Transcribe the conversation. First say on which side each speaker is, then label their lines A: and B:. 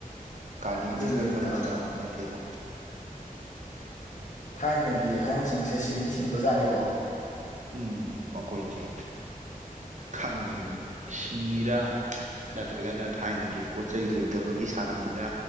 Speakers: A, on the right; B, on the left.
A: ꯀꯥꯂꯦꯟꯅꯤꯒ
B: ꯑꯗꯨꯅꯤꯅꯦ ꯏꯇꯥꯎ
A: ꯈꯪꯕ ꯖꯥꯕ ꯅꯠꯇꯦꯗ
B: ꯊꯥꯏꯅꯒꯤ ꯑꯍꯟꯁꯤꯡꯁꯦ ꯁꯤꯡꯗꯤ ꯁꯤꯡꯕ ꯖꯥꯠꯅꯤꯀꯣ
A: ꯎꯝ ꯃꯈꯣꯏꯁꯦ ꯈꯪꯉꯤ ꯁꯤꯡꯉꯤꯔꯥ ꯅꯠꯇ꯭ꯔꯒꯅ ꯊꯥꯏꯅꯒꯤ ꯄꯣꯠ ꯆꯩꯩ ꯂꯩꯇꯕꯒꯤ ꯁꯥꯟꯔꯝꯃꯤꯔ